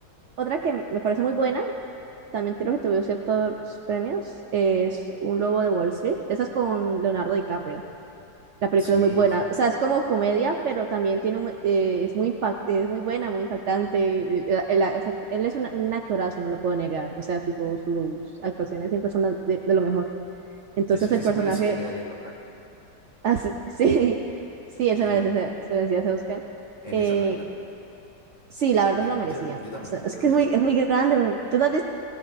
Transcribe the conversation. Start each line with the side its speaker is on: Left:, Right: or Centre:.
Right: otra que me parece muy buena, también creo que tuvo ciertos premios, es Un Lobo de Wall Street. Esa es con Leonardo DiCaprio. La película
Left: Sí.
Right: es muy buena, o sea, es como comedia, pero también tiene un- eh, es muy impact- es muy buena, muy impactante. El- el- el act- él es una- un actorazo, no lo puedo negar, o sea, tipo sus actuaciones siempre son las de, de lo mejor. Entonces
Left: ¿Decís
Right: el
Left: que
Right: Sí,
Left: se
Right: personaje,
Left: merecía ya
Right: merece.
Left: ahí el Oscar?
Right: hace- <laughs> sí, sí, él
Left: Sí,
Right: se merece, ese- se, merecía ese Oscar.
Left: en
Right: Eh,
Left: esa película.
Right: sí, la verdad
Left: Yo,
Right: se lo merecía.
Left: yo, yo también,
Right: O sea, es
Left: creo
Right: que
Left: que
Right: es
Left: sí.
Right: muy, es muy grande. man. ¿Tú te has